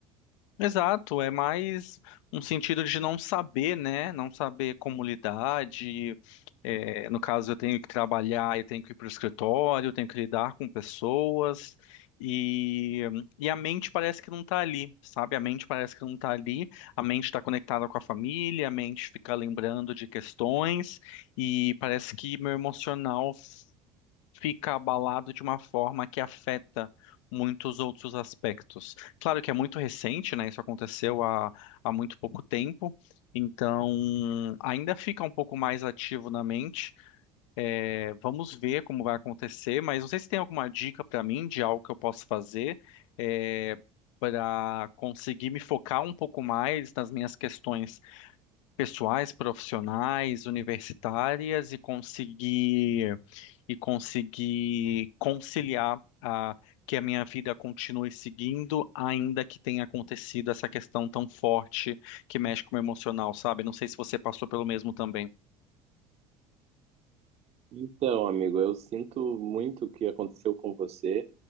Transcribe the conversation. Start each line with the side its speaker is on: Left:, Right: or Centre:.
Left: Exato, é mais um sentido de não saber, né? Não saber como lidar, de, é, no caso, eu tenho que trabalhar, eu tenho que ir para o escritório, eu tenho que lidar com pessoas, e, e a mente parece que não está ali, sabe? A mente parece que não está ali, a mente está conectada com a família, a mente fica lembrando de questões, e parece que meu emocional fica abalado de uma forma que afeta muitos outros aspectos. Claro que é muito recente, né? Isso aconteceu há, há muito pouco tempo, então ainda fica um pouco mais ativo na mente. É, vamos ver como vai acontecer, mas não sei se tem alguma dica para mim de algo que eu posso fazer. É, Para conseguir me focar um pouco mais nas minhas questões pessoais, profissionais, universitárias e conseguir e conseguir conciliar a, que a minha vida continue seguindo, ainda que tenha acontecido essa questão tão forte que mexe com o emocional, sabe? Não sei se você passou pelo mesmo também.
Right: Então, amigo, eu sinto muito o que aconteceu com você.